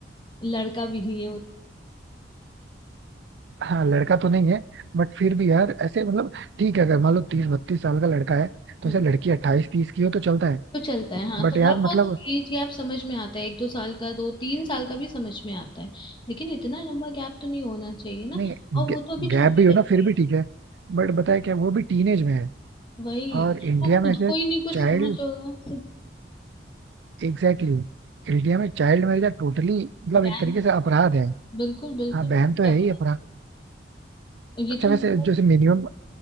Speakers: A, on the left; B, on the right.
A: लड़का भी नहीं है उसका
B: हाँ लड़का तो नहीं है बट फिर भी यार ऐसे मतलब ठीक है अगर मान लो तीस बत्तीस साल का लड़का है तो
A: हाँ
B: ऐसे लड़की अट्ठाईस तीस की हो तो चलता है
A: तो चलता है हाँ
B: बट
A: थोड़ा
B: यार
A: बहुत
B: मतलब
A: एज गैप समझ में आता है एक दो साल का दो तीन साल का भी समझ में आता है लेकिन इतना लंबा गैप तो नहीं होना चाहिए ना
B: नहीं
A: और वो तो अभी
B: गैप
A: छोटी
B: भी हो
A: बच्ची
B: ना फिर भी
A: है
B: ठीक है बट बताया क्या वो भी टीनेज में है
A: वही
B: और इंडिया
A: वो
B: में
A: खुद
B: ऐसे
A: को ही नहीं कुछ
B: चाइल्ड
A: समझ होगा
B: एग्जैक्टली exactly, इंडिया में चाइल्ड मैरिज टोटली मतलब
A: बैन
B: एक तरीके से अपराध है
A: बिल्कुल बिल्कुल
B: हाँ बहन तो है
A: और
B: ही अपराध
A: ये
B: अच्छा
A: तो
B: वैसे
A: मतलब
B: जैसे मिनिमम